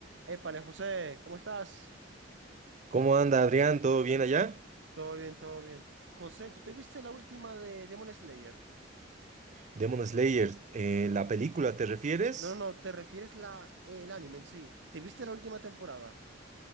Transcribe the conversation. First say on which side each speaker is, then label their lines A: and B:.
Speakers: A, on the right; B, on the right.
A: Épale, José, ¿cómo estás?
B: ¿Cómo anda Adrián? ¿Todo bien allá?
A: Todo bien, todo bien. José, ¿tú te viste la última de Demon Slayer?
B: Demon Slayer, eh, ¿la película te refieres?
A: No, no, te refieres la, el anime en sí. ¿Te viste la última temporada?